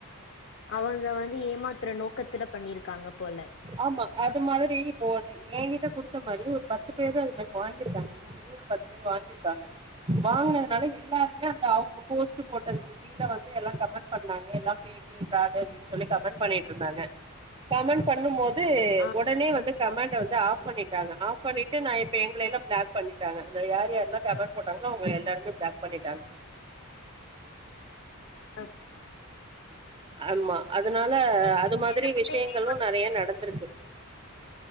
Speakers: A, on the left (about 50°); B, on the right (about 20°).
A: <unintelligible> து ஏமாத்ற நோக்கத்துல பண்ணியிருக் காங்க போல
B: ஆமா அது மாதிரி இப்போ ஏங்கிட்ட குடுத்த மாரி ஒரு பத்து பேரு அது மாரி வாங்கிருக்காங்க என்ன மாரி ஒரு பத்து பேர் வாங்கிருக்காங்க வாங்கினதுனால எல்லாருமே அந்த அவங்க போஸ்ட் போட்டதுக்கு கீழ வந்து எல்லாமே கமெண்ட் பண்ணாங்க எல்லாம் ஃபேக்கு ஃபிராடு அப்டினு சொல்லி கமெண்ட் பண்ணிட்ருந்தாங்க பண்ணும் போது
A: ஆ
B: ஒடனே வந்து கமெண்ட் ட வந்து ஆஃப் பண்ணிட்டாங்க ஆஃப் பண்ணிட்டு நா இப்ப எங்கள எல்லா பிளாக் பண்ணிட்டாங்க அந்த யார் யார்லா கமென்ட் போட்டாங்களோ அவங்க எல்லாருமே பிளாக் பண்ணிட்டாங்க
A: அ
B: ஆமா அதனால அது மாதிரி
A: எனக்குமே
B: விஷயங்களு
A: இதே
B: நிறைய நடந்திருக்கு